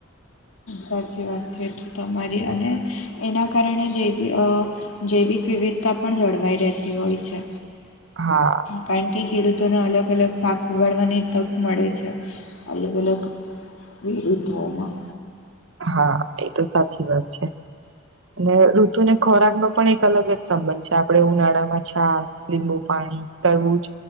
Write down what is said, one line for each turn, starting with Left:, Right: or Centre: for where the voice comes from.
Left: સાચી વાત છે તો એટલે તમારી અને એના કારણે જે બી અ જૈવિક વિવિધતા પણ જળવાઈ રહેતી હોય છે.
Right: હા
Left: કારણ કે ખેડૂતોને અલગ અલગ પાક ઉગાડવાની તક મળે છે અલગ અલગ એરુ ધમાં
Right: હા એ તો સાચી વાત છે. અને ઋતુને ખોરાકનો પણ એક અલગ જ સંબંધ છે આપણેે ઉનાળામાં છાસ લીંબુ પાણી તરબુજ